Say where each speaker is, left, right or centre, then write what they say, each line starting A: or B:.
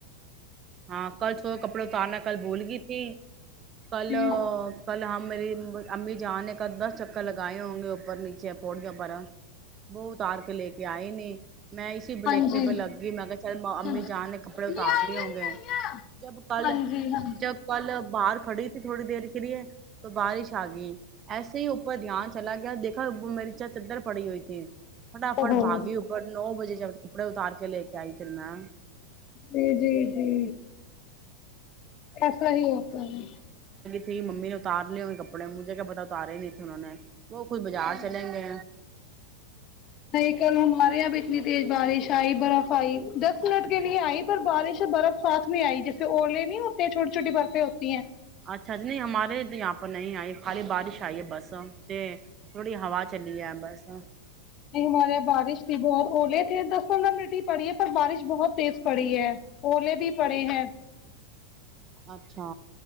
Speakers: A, on the right; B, on the left.
A: ہاں کل سو کپڑے اتارنا کل بھول گئی تھی کل
B: جی
A: کل ہم میری امی جہ نے کدا چپ لگائے ہوں گے اوپر نیچے پڑیاں برا وہ اتار کے لے کے آئی نہیں میں اسی بلیھے
B: ہاں جی
A: پہ لگ گئی میں کہ چل امی
B: ہاں لے
A: جان نے کپڑے اتار
B: آئیے
A: رہے ہوں
B: لے
A: گے
B: آئیے
A: جب کل
B: ہاں جی ہاں
A: جب کل باہر کھڑی تھوڑی دیر کے لیے تو بارش آ گئی ایسے ہی کہاں چلا گیا دیکھا وہ میری چا چدر پڑی ہوئی تھی فٹافٹ
B: اوہو
A: باگی اپر نو بجے ج کپڑے اتار کے لےتے جائچرناا
B: جی جی جی ایسا ہی ہوتا ہے
A: پھرری ممی نے اتار لیے ہونے کپڑے مجھے کیا پتا اتارے نہیںے سان وہ خود بازار
B: جی
A: چلیں گے
B: نہیں کل ہمارے یہاں پ اتنی تیز بارش آئی برف ہائی دس منٹ کے لیے آئی پر بارش ہے برف ساتھ میں آئی جیسے الے نہیں ہوتے ہیں چھوٹی چھوٹی برفیں ہوتی ہیں
A: اچھا اچا نہیں ہمارے تو یہاں پر نہیں آئے خالی بارش آئی ہے بس کہ تھوڑی ہا چلی ہے بیسا
B: نہیں ہمارے یہاں بارش تھی بہت اولے تھے دس پندرہ منٹ ہی پڑی ہے پر بارش بہت تیز پڑی ہے الے بھی پڑے ہیں
A: اچھا